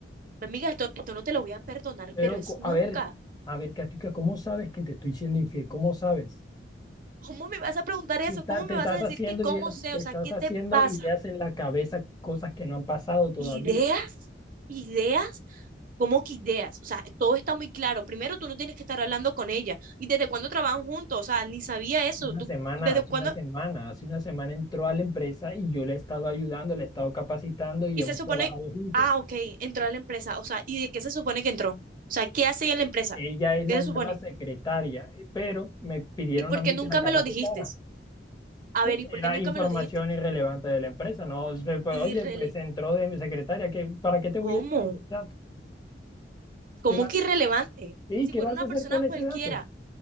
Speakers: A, on the right (about 50°); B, on the left (about 25°).
A: Mi amiga, esto, esto no te lo voy a perdonar,
B: pero,
A: pero es
B: co-
A: nunca.
B: a ver, a ver, Katica, ¿cómo sabes que te estoy siendo infiel? ¿Cómo sabes?
A: ¿Cómo me vas a preguntar eso?
B: Y Está-
A: ¿Cómo
B: te
A: me vas
B: estás
A: a decir
B: haciendo
A: que cómo
B: ideas,
A: sé?
B: te
A: O
B: estás
A: sea, ¿qué
B: haciendo
A: te pasa?
B: ideas en la cabeza, cosas que no han pasado todavía.
A: Ideas, ideas, ¿cómo que ideas? O sea, todo está muy claro. Primero, tú no tienes que estar hablando con ella. ¿Y desde cuándo trabajan juntos? O sea, ni sabía eso.
B: Una
A: ¿Tú
B: semana,
A: desde
B: hace
A: cuándo?
B: una semana, hace una semana entró a la empresa y yo le he estado ayudando, le he estado capacitando y
A: Y
B: hemos
A: se supone,
B: trabajado juntos.
A: ah, ok, entró a la empresa. O sea, ¿y de qué se supone que entró? O sea, ¿qué hace ella en la empresa?
B: Ella es
A: ¿Qué
B: la
A: se
B: nueva
A: supone?
B: secretaria, eh, pero me pidieron
A: ¿Y por
B: a mí
A: qué nunca
B: que la capacitara,
A: me lo dijiste? A
B: porque
A: ver, ¿y por
B: era
A: qué nunca
B: información
A: me lo dijiste?
B: irrelevante de la empresa, ¿no? Se- pues, oye,
A: Irrele,
B: pues entró de mi secretaria, ¿qué, para qué te voy
A: ¿cómo?
B: a decir ese dato?
A: ¿Cómo
B: ¿Qué vas,
A: que irrelevante?
B: sí,
A: Si
B: ¿qué
A: fuera
B: vas
A: una
B: a hacer
A: persona
B: con ese
A: cualquiera.
B: dato?